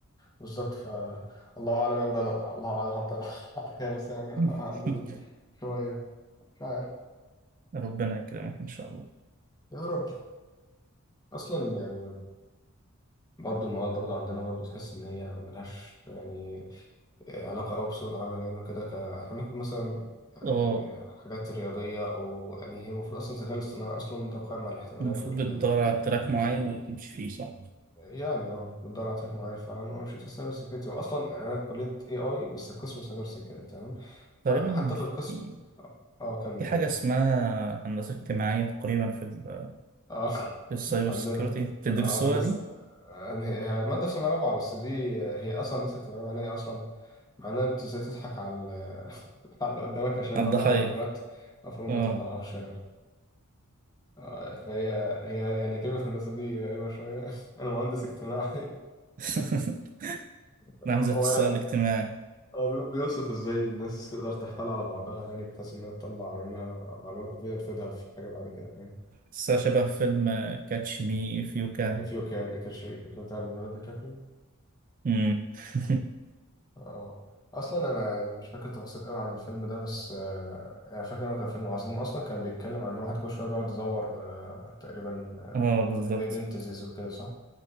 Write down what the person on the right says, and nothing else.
<laughs>
ربنا يكرمك إن شاء الله
اه
المفروض
بتدور على تراك معين وبتمشي فيه صح
تقريبا
في
في حاجة اسمها هندسة اجتماعية تقريبا في ال
في السايبر
سيكيورتي بتدرسوها
دي
على
الضحايا
اه
<laughs>
نعم
زي القصة
الاجتماعي
قصة شبه فيلم كاتش مي اف يو كان
<laughs>
اه بالظبط